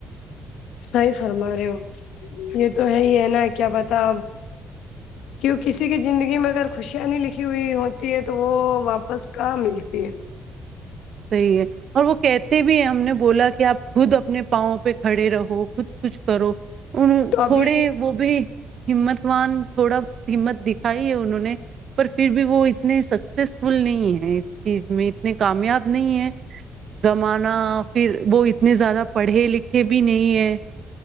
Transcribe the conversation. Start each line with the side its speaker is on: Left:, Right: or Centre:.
Left: صحیح فرما رہے ہو یہ تو ہے ہی ہے نا کیا پتا کیوں کسی کی زندگی میں اگر خوشیاں نی لکھی ہوئی ہوتی ہے تو وہ واپس کہاں ملتی ہے
Right: صحیح ہے اور وہ کہتے بھی ہیں ہم نے بولا کہ آپ خود اپنے پاؤں پہ کھڑے رہو خود کچھ کرو ان
Left: تو ابھی
Right: تھوڑے وہ بھی ہمت وان تھوڑا بہت ہمت دکھائی ہے انہوں نے پر پھر بھی وہ اتنے سکسیسفل نہیں ہے اس چیز میں اتنے کامیاب نہیں ہے زمانہ پھر وہ اتنے زیادہ پڑھے لکھے بھی نہیں ہے